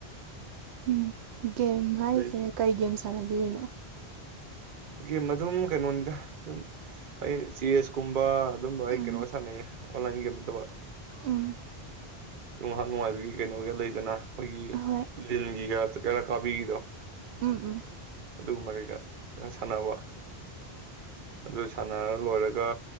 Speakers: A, on the right; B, on the right.
A: ꯎꯝ ꯒꯦꯝ ꯍꯥꯏꯁꯦ
B: ꯑꯗꯩ
A: ꯀꯩ ꯒꯦꯝ ꯁꯥꯟꯅꯕꯤꯔꯤꯅꯣ
B: ꯒꯦꯝ ꯑꯗꯨꯝ ꯀꯩꯅꯣꯅꯤꯗ ꯑꯗꯨꯝ ꯑꯩ ꯆꯦꯁꯀꯨꯝꯕ ꯑꯗꯨꯝꯕ ꯑꯩ
A: ꯎꯝ
B: ꯀꯩꯅꯣ ꯁꯥꯟꯅꯩꯌꯦ ꯑꯣꯟꯂꯥꯏꯟ ꯒꯦꯝ ꯅꯠꯇꯕ
A: ꯎꯝ
B: ꯉꯍꯥꯛ ꯅꯨꯡꯉꯥꯏꯕꯒꯤ ꯀꯩꯅꯣꯒ ꯂꯩꯗꯅ ꯑꯩꯈꯣꯏꯒꯤ
A: ꯍꯣꯏ
B: ꯂꯤꯟꯒꯤꯒ ꯀꯩꯔꯥꯛ ꯀꯥꯕꯤꯒꯤꯗꯣ
A: ꯎꯝ ꯎꯝ
B: ꯑꯗꯨꯒꯨꯝꯕ ꯀꯩꯀꯥ ꯁꯥꯟꯅꯕ ꯑꯗꯨ ꯁꯥꯟꯅꯔ ꯂꯣꯏꯔꯒ